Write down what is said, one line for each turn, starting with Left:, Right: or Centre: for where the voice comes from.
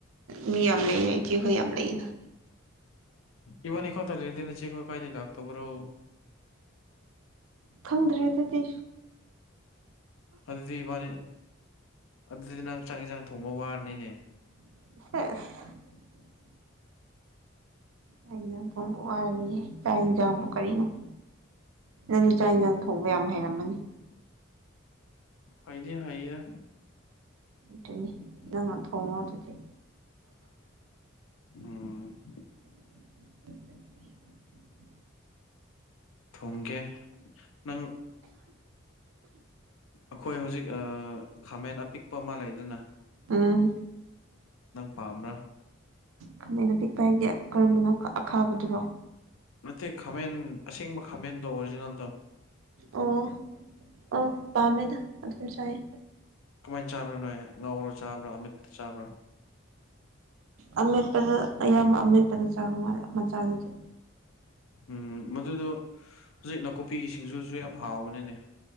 Right: ꯃꯤ ꯌꯥꯝ ꯂꯩꯅ ꯏꯆꯦꯈꯣꯏ ꯌꯥꯝ ꯂꯩꯔꯤꯅ
Left: ꯏꯕꯅꯤ ꯀꯣ ꯇꯅ ꯆꯦꯛꯈꯣꯏ ꯀꯥꯏꯗ ꯂꯥꯛ ꯇꯕꯨꯔꯣ
Right: ꯎ ꯈꯪꯗ꯭ꯔꯦ ꯑꯗꯨꯗꯤ
Left: ꯑꯗꯨꯗꯤ ꯏꯕꯥꯅꯤ ꯑꯗꯨꯗꯤ ꯅꯪ ꯆꯥꯛ ꯏꯟꯁꯥꯡ ꯊꯣꯡꯕ ꯋꯥꯔꯅꯤꯅꯦ
Right: ꯐꯁ ꯑꯩ ꯏꯟꯖꯥꯡ ꯊꯨꯝꯕ ꯋꯥꯔꯅꯤꯌꯦꯦ ꯆꯥꯛ ꯏꯟꯖꯥꯕꯨ ꯀꯔꯤꯅꯣ ꯅꯪ ꯏꯆꯥꯥꯛ ꯏꯟꯁꯥꯡ ꯊꯣꯡꯕ ꯌꯥꯝ ꯍꯩꯔꯝꯃꯅꯤ
Left: ꯍꯥꯏꯗꯤ ꯍꯥꯏꯔ
Right: ꯇꯣꯏꯅꯤ ꯅꯪꯅ ꯊꯣꯡꯉꯣ ꯑꯗꯨꯗꯤ
Left: ꯎꯝ
Right: ꯎꯝ ꯎ ꯎꯝ ꯎꯝ ꯎꯝ ꯎ
Left: ꯊꯣꯡꯒꯦ ꯅꯪ ꯑꯩꯈꯣꯏ ꯍꯧꯖꯤꯛ ꯈꯥꯃꯦꯟ ꯑꯄꯤꯛꯄ ꯑꯃ ꯂꯩꯗꯅ
Right: ꯎꯝ
Left: ꯄꯥꯝꯕ꯭ꯔ
Right: ꯈꯃꯩꯅ ꯄꯤꯛꯄ ꯍꯥꯏꯕꯗꯤ ꯀꯔꯝꯕꯅꯣ ꯑꯈꯥꯕꯗꯨꯔꯣ
Left: ꯅꯠꯇꯦ ꯈꯥꯃꯦꯟ ꯑꯁꯦꯡꯕ ꯈꯥꯃꯦꯟꯗꯣ ꯑꯣꯔꯤꯖꯤꯅꯦꯜꯗꯣ
Right: ꯑꯣ ꯑ ꯄꯥꯝꯃꯦꯗ ꯑꯗꯨ ꯆꯥꯏꯦ
Left: ꯀꯃꯥꯏꯅ ꯆꯥꯕ꯭ꯔꯥ ꯅꯣꯏ ꯉꯧꯔꯣ ꯆꯥꯕ꯭ꯔꯥ ꯑꯃꯤꯠꯇ ꯆꯥꯕ꯭ꯔꯥ
Right: ꯑ ꯑꯄꯗ ꯑ ꯑꯃꯤꯄꯗꯁꯨꯒ ꯃꯥꯂ ꯃꯆꯥꯗ ꯆꯠ
Left: ꯎꯝ ꯃꯗꯨꯗꯣ ꯍꯧꯖꯤꯛ ꯅꯥꯀꯨꯞꯄꯤꯒꯤ ꯁꯤꯡꯖꯁꯨ ꯌꯥꯝ ꯍꯥꯎꯕꯅꯤꯅꯦ